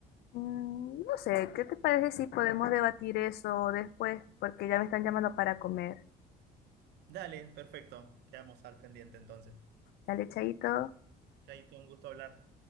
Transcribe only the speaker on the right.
Dale, perfecto. Quedamos al pendiente entonces.
Chaito, un gusto hablar.